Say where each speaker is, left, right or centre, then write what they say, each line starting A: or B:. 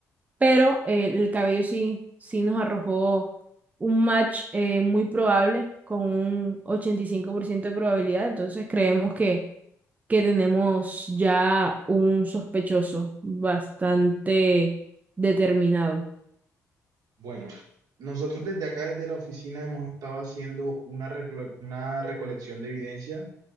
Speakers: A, on the right; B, on the right.
A: pero eh, el cabello sí, sí nos arrojó un match eh, muy probable con un 85% de probabilidad, entonces creemos que, que tenemos ya un sospechoso bastante determinado.
B: Bueno, nosotros desde acá, desde la oficina, hemos estado haciendo una, recole- una recolección de evidencia.